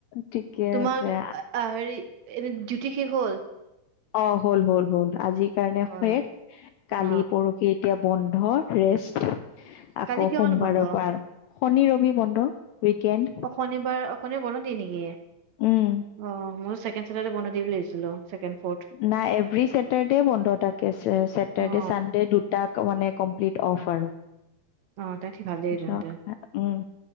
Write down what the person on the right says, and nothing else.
তোমাক
আ হেৰি এনে ডিউটি শেষ হ'ল?
অ
অ
কালি কিয়
কাৰণে বন্ধ
অ শনিবাৰ অ শনিবাৰে বন্ধ দিয়ে নেকি?
অ মইও চেক ছেকেণ্ড চাটাৰ্ডে বন্ধ দিয়ে বুলি ভাবিছিলোঁ। ছেকেণ্ড ফৰ্থ
অ
অ তাই ঠিক ভালেই
তেন্তে